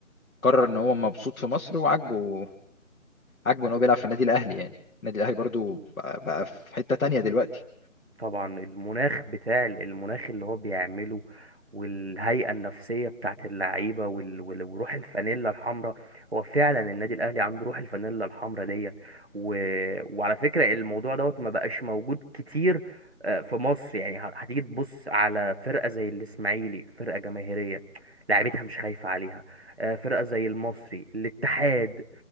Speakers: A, on the left; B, on the right.
A: قرر ان هو مبسوط في مصر وعاجبه عاجبه ان هو بيلعب في النادي الاهلي يعني النادي الاهلي برضو بقى بقى في حته تانية دلوقتي
B: طبعا المناخ بتاع المناخ اللي هو بيعمله والهيئة النفسية بتاعت اللعيبة وال- وال- وروح الفانيلا الحمراء هو فعلا النادي الأهلي عنده روح الفانيلا الحمراء ديت و... وعلى فكرة الموضوع دوت ما بقاش موجود كتير آه، في مصر يعني ه- هتيجي تبص على فرقة زي الإسماعيلي فرقة جماهيرية لعيبتها مش خايفة عليها آه، فرقة زي المصري الاتحاد